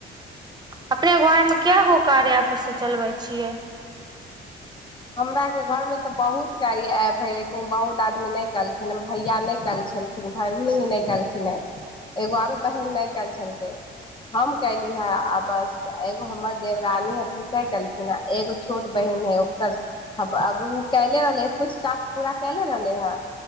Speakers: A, on the right (about 20°); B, on the left (about 25°).
A: अपने बारे में काएगो कार्य एप्प से चलबै छियै
B: हमरा के घरमें तऽ बहुत क ऐप हे लेकिन बहुत आदमी नहि कलखिन हे भैया नहि कल छलखिन भीनी नहि केलखिन हे एगो आरो बहिन नहि कल छलकै हम कली हे आ बस एगो हमर देवरानी हथिन तै केलखिन हे एगो छोट बहिन हे ओकरर आ आब ओ कले रहले ह कुछ टास्क पूरा कले रहले हे